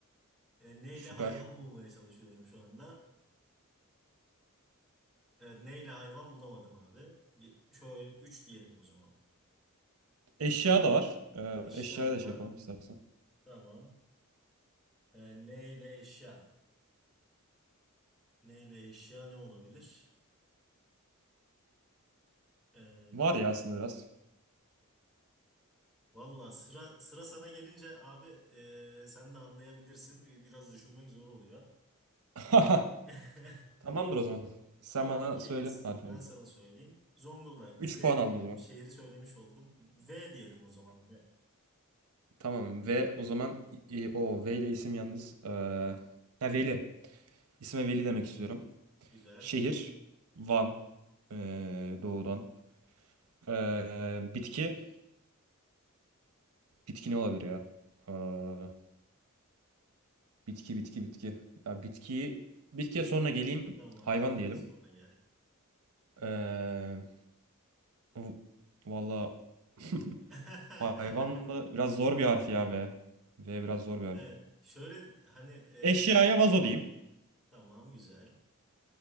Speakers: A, in the centre; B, on the right.
A: Ee, ne
B: Süper.
A: ile hayvan bulmaya çalışıyorum şu anda. Evet, neyle hayvan bulamadım abi. Ge- Şöyle 3 diyelim o zaman.
B: Eşya da var. E,
A: Eşya
B: eşyaya
A: da
B: da
A: var.
B: şey yapalım istersen.
A: Tamam. Ee, ne ile eşya? Ne ile eşya ne olabilir? Ee,
B: Var ya aslında biraz.
A: valla sıra sıra sana gelince abi e, sen de anlayabilirsin. Bir- Biraz düşünmek zor oluyor.
B: <laughs>
A: <laughs>
B: Tamamdır o zaman. Sen
A: Tamam
B: bana
A: okeyiz.
B: söyle harf
A: Ben
B: aldım.
A: sana söyleyeyim. Zonguldak
B: 3
A: Z diyelim.
B: puan aldın o zaman.
A: Şehri söylemiş oldum. V diyelim o zaman. V.
B: Tamam ve o zaman e, o V ile isim yalnız. E, ha, Veli. İsme Veli demek istiyorum.
A: Güzel.
B: Şehir Van eee, doğudan. Eee, bitki bitki ne olabilir ya? Eee, bitki bitki bitki. Ya bitkiyi bitkiye sonra geleyim.
A: Tamam
B: Hayvan
A: bitti
B: diyelim.
A: sonra gel.
B: Eee v- valla <laughs>
A: <laughs>
B: hayvan da biraz zor bir harf ya ve ve biraz zor bir harf.
A: Evet. Şöyle hani e,
B: Eşyaya vazo diyeyim.
A: tamam güzel.